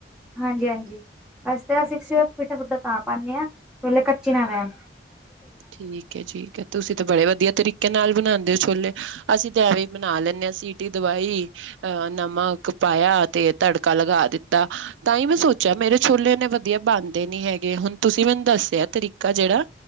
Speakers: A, in the centre; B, on the right.
A: ਹਾਂਜੀ, ਹਾਂਜੀ ਬੱਸ ਤੇ ਐ <unintelligible>
B: ਅੱਛਾ
A: ਮਿੱਠਾਂ ਸੋਡਾ ਤਾਂ ਪਾਨੇ ਆਂ ਛੋਲੇ ਕੱਚੇ ਨਾ ਰੈਨ।
B: ਠੀਕ ਐ ਜੀ, ਠੀਕ ਐ, ਤੁਸੀਂ ਤੇ ਬੜੇ ਵਧੀਆ ਤਰੀਕੇ ਨਾਲ ਬਨਾਂਦੇ ਓ ਛੋਲੇ। ਅਸੀ ਤੇ ਐਵੇਂ ਈ ਬਨਾ ਲੈਨੇ ਆਂ ਸੀਟੀ ਦਵਾਈ ਅ ਨਮਕ ਪਾਇਆ, ਤੇ ਤੜਕਾ ਲਗਾ ਦਿੱਤਾ। ਤਾ ਈਂ ਮੈਂ ਸੋਚਯਾ ਮੇਰੇ ਛੋਲੇ ਏਨੇ ਵਦੀਆ ਬੰਨਦੇ ਨੀ ਹੈਗੇ, ਹੁਨ ਤੁਸੀ ਮੈਨੂੰ ਦੱਸਿਆ ਤਰੀਕਾ ਜੇੜਾ